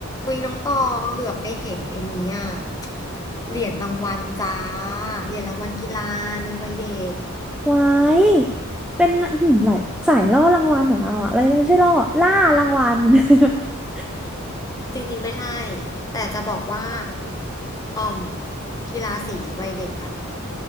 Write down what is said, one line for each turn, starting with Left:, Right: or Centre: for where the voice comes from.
Left: อุ้ยน้องตองเหลือบไปเห็นไอ้นี้อ่ะเหรียญรางวัลจ้าเหรียญรางวัลกีฬาในวัยเด็ก
Centre: ไว้ายเป็นอืมหลายสายล่อรางวัลเหรอเราอะอะไรนะไม่ใช่ล่อล่ารางวัล <laughs>
Left: จริงๆไม่ใช่แต่จะบอกว่าอ่อมกีฬาสีวัยเด็กอ่ะ